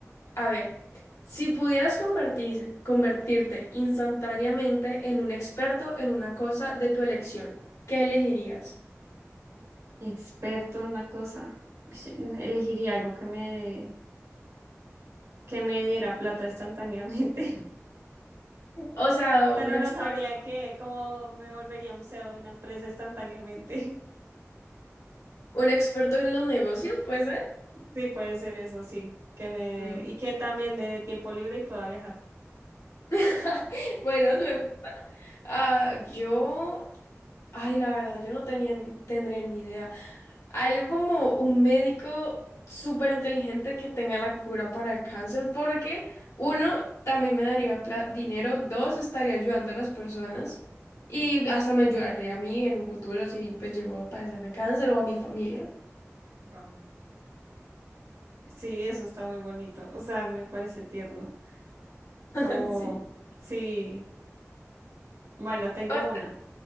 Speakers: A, on the left; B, on the right.
A: A ver, si pudieras convertir- convertirte instantáneamente en un experto en una cosa de tu elección, ¿qué elegirías?
B: experto en una cosa. Uy, sí, elegiría algo que me, que me diera plata instantáneamente,
A: O sea,
B: <laughs> pero
A: un experto,
B: no sabría qué, cómo me volvería un CEO de una empresa instantáneamente. <laughs>
A: un experto en los negocios, ¿puede ser?
B: Sí, puede ser eso, sí. Que me,
A: Mm.
B: y que también me dé tiempo libre y pueda viajar.
A: <laughs> Bueno, se me gusta. Ah, yo, ay, la verdad, yo no tenía, tendré ni idea. Algo como un médico súper inteligente que tenga la cura para el cáncer, porque uno, también me daría pla- dinero, dos, estaría ayudando a las personas y hasta me ayudaría a mí en un futuro si pues llego a padecer de cáncer o a mi familia.
B: Wow. Sí, eso está muy bonito. O sea, me parece tierno.
A: <laughs>
B: Como,
A: Ay, Sí.
B: sí, bueno, tengo
A: O sea,
B: una.